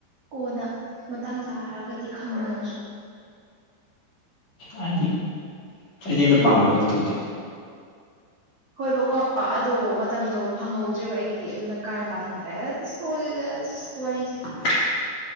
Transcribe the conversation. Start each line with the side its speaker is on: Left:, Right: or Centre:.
Right: ꯀꯣꯟꯅ ꯃꯇꯥꯡ ꯆꯥꯔꯒꯗꯤ ꯈꯪꯉꯨ ꯅꯪꯁꯨ
Left: ꯍꯥꯏꯗꯤ ꯑꯩꯗꯤ ꯑꯩꯅ ꯄꯥꯝꯗꯕ <unintelligible> ꯇꯧꯗꯦ
Right: ꯍꯣꯏꯕꯀꯣ ꯑꯗꯣ ꯃꯇꯝꯗꯣ ꯐꯪꯍꯧꯗ꯭ꯔꯦꯕ ꯑꯩꯒꯤꯗꯤ ꯑꯗꯨꯅ ꯀꯥꯔꯟ <unintelligible> <unintelligible> ꯋꯥꯔꯤ
Left: <inaudible>